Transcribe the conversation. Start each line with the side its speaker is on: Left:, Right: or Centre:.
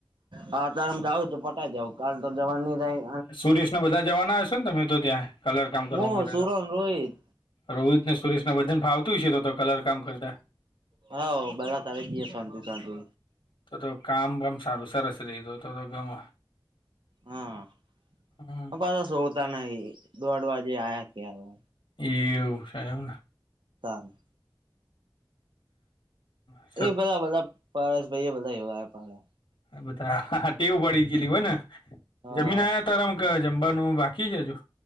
Right: હા તારેમ ગાળો તો પટાઈ દેવું કાલ તો જવાનું નહીં કાઈ.
Left: સુરશ ને બધા જવાના અશો ને તમે તો ત્યાં કલર કામ કરવા
Right: હું
Left: માટે
Right: સુરોન
Left: તો?
Right: રોહિત
Left: રોહિત ને સુરેશ ના બધાને ફાવતું હશે તો તો કલર કામ કરતા
Right: હા બધા કરી દઇએ શાંતિ શાંતિ
Left: તો તો કામ પણ સારું સરસ રહી તો તો તમે
Right: હા
Left: હમ
Right: સોડતા નહી દોઢ વાગે આયા ત્યારે
Left: એવું છે એમને
Right: સારુ
Left: હ
Right: એ બધા બધા પારસભાઈ એ બધા એવા પાડે
Left: હ બધા હા હા ટેવ પડી ગેયલી હોય ને
Right: હા
Left: જમીન આયા તારમ કે જમવાનું બાકી છે હજુ